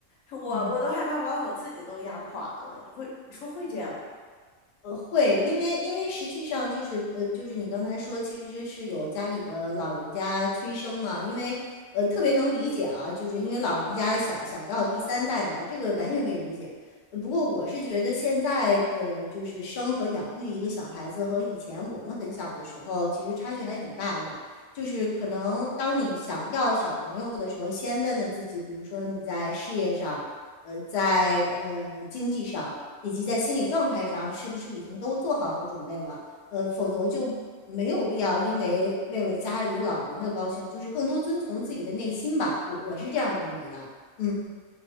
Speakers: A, on the left (about 85°); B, on the left (about 60°).
A: 我我都害怕我把我自己都压垮了。
B: 嗯。
A: 你会你说会这样吗？
B: 呃，会，因为因为实际上就是呃，就是你刚才说，其实是有家里的老人家催生嘛，因为呃特别能理解啊，就是因为老人家想想要第三代嘛，这个完全可以理解。呃不过我是觉得现在的就是生和养育一个小孩子和以前我们很小的时候其实差距还挺大的，就是可能当你想要小朋友的时候，先问问自己，比如说你在事业上，呃，在呃经济上。以及在心理状态上是不是已经都做好准备了。呃，否则就没有必要因为为了家里老人的高兴，就是更多遵从自己的内心吧。我我是这样认为的。嗯